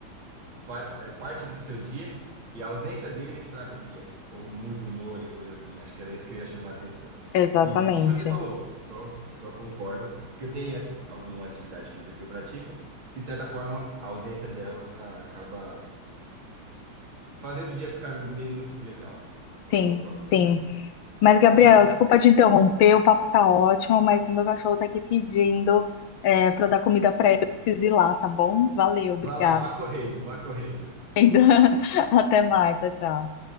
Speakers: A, on the right; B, on the left.
A: pa- é parte do seu dia e a ausência dele estraga o dia, ou muda o humor e coisa assim. Acho que era isso que eu ia chamar a atenção.
B: exatamente.
A: E o que você falou, só, eu só concordo, porque eu tenho as- alguma atividade física que eu pratico, que de certa forma a ausência dela acaba s- fazendo o dia ficar menos legal. É uma
B: Sim,
A: boa forma de definir.
B: sim. Mas, Gabriel,
A: Mas
B: desculpa te interromper, o papo tá ótimo, mas meu cachorro tá aqui pedindo é, pra eu dar comida pra ele, eu preciso ir lá, tá bom? Valeu, obrigada.
A: vá lá, vá correndo, vá correndo.
B: <laughs> Até mais, tchau, tchau.